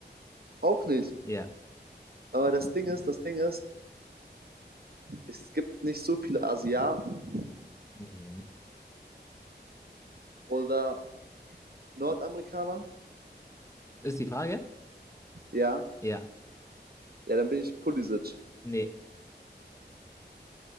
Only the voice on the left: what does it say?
Ja.
Mhm.
Ist die Frage?
Ja.
Nee.